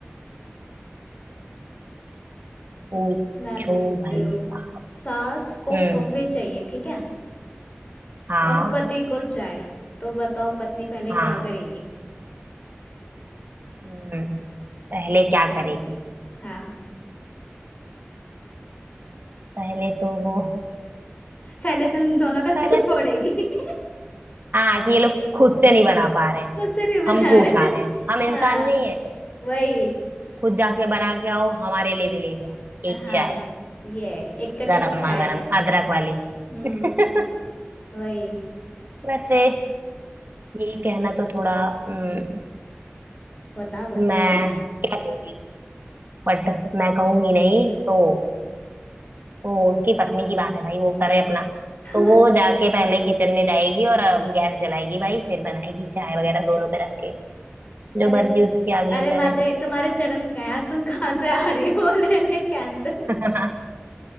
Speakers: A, on the right; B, on the left.
A: पूछो
B: मैं पूछती
A: भाई
B: हूँ
A: साहब
B: सास को
A: हम्म
B: कॉफी चाहिए ठीक है
A: हाँ
B: और पति को चाय तो बताओ पत्नी पहले
A: हाँ
B: क्या करेगी
A: हम्म पहले क्या करेगी
B: हाँ
A: पहले तो वो
B: पहले तो उन दोनों का सिर
A: पहले
B: फोड़ेगी <laughs>
A: हाँ कि ये लोग खुद से नहीं बना पा रहे हैं
B: मुझसे नहीं बना
A: हमको
B: रहे
A: उठा रहे हैं हम इंसान
B: हाँ
A: नहीं है
B: वही
A: खुद जाके बना के आओ हमारे लिए भी लेके आओ
B: हाँ
A: एक चाय
B: ये एक कटिंग
A: गरमा
B: चाय
A: गरम अदरक वाली
B: हम्म
A: <laughs>
B: वही
A: वैसे ये कहना तो थोड़ा हम्म,
B: बताओ बताओ
A: मैं कह लूंगी बट मैं कहूंगी नहीं तो तो उसकी पत्नी की बात है भाई वो करे अपना
B: <laughs>
A: तो वो जाके पहले किचन में जाएगी और अ, गैस जलाएगी भाई फिर बनाएगी चाय वगैरह दोनों पे रख के जो
B: अरे
A: मर्जी उसके आगे
B: अरे माते
A: करे
B: तुम्हारे चरण कहाँ हैं? आज तुम कहाँ से आ रही हो <laughs> ले ले कैंसर
A: <laughs>